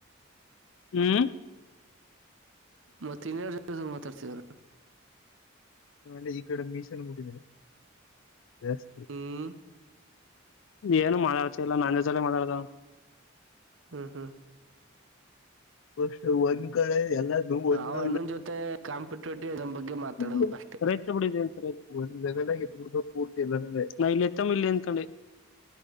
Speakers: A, on the left; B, on the right.
A: ಹ್ಮ್
B: ಮತ್ತೆ ಇನ್ಯಾರ್ ಜೊತೆ ಮಾತಾಡ್ತಿದಾರೆ.
A: ನಾ ಹೇಳಿದ್ ಈ ಕಡೆ ಮೀಸೆನ್ ಮುಟ್ಟಿದಾರೆ. ಸ್
B: ಹ್ಮ್
A: ಏನು ಮಾಡಾಡ್ತ ಇಲ್ಲ ನಾನ್ ವೆಜ್ಜಲ್ಲೆ ಮಾತಾಡ್ದ ಅವ್
B: ಹ್ಮ್ ಹ್ಮ್
A: ಬಹುಶ ಒಂದ್ ಕಡೆ ಎಲ್ಲ ನಂಗ್ ಒಂದು
B: ಆ ಅಣ್ಣನ್ ಜೊತೆ ಕಾಂಪಿಟೇಟಿವ್ ಎಕ್ಸಾಮ್ ಬಗ್ಗೆ ಮಾತಾಡೋದು
A: <unintelligible> ಆಗೇ
B: ಅಷ್ಟೇ
A: <unintelligible> <unintelligible> ನಾ ಇಲ್ ಇರ್ತಾನ್ ಇಲ್ಲಿ ಆನ್ಕೊಂಡೆ.